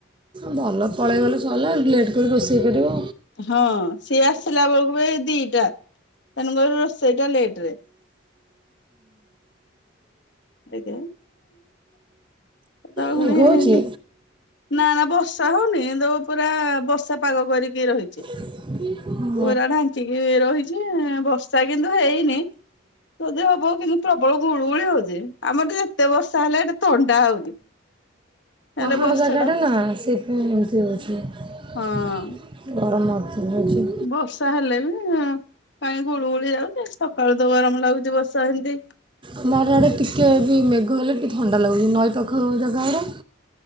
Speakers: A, on the right (about 25°); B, on the left (about 55°).
A: ଭଲ ପଳେଇଗଲେ ସରିଲା ଲେଟ୍ କରିକି ରୋଷେଇ କରିବ।
B: ହଁ ସିଏ ଆସିିଲା ବେଳକୁ ବି ଦିଟା ତେଣୁ କରି ରୋଷେଇଟା ଲେଟ୍ ରେ। ଏଇଥି ପାଇଁ
A: ମେଘ
B: <inaudible> ନା
A: ହେଉଛି
B: ନା ବର୍ଷା ହଉନି କିନ୍ତୁ ପୁରା ବର୍ଷା ପାଗ କରିକି ରହିଚି।
A: ହଁ।
B: ପୁରା ଢାଙ୍କିକି ରହିଛି ବର୍ଷା କିନ୍ତୁ ହେଇନି। ଯଦି ହବ କିନ୍ତୁ ପ୍ରବଳ ଗୁଳୁଗୁଳି ହଉଛି ଆମର ତ ଏତେ ବର୍ଷା ହେଲେ ଏଟା ଥଣ୍ଡା ହଉନି। ହେଲେ
A: ହାଡ଼
B: ବର୍ଷା
A: ଜାଗାଟା
B: ଟା
A: ନା ସେଥିପାଇଁ ଏମିତି ହେଉଛି
B: ହଁ
A: ଗରମ ଅଧିକ ହଉଛି।
B: ବର୍ଷା ହେଲେ ବି ପାଣି ଗୁଳୁଗୁଳି ଯାଉଛି ସକାଳୁ ତ ଗରମ ଲାଗୁଛି ବର୍ଷା ଏନ୍ତି
A: ଆମ ଆଡ଼େ ଟିକେ ବି ମେଘ ହେଲେ ଟିକିେ ଥଣ୍ଡା ଲାଗୁଛି ନଈ ପାଖ ଜାଗା ଗୁଡା।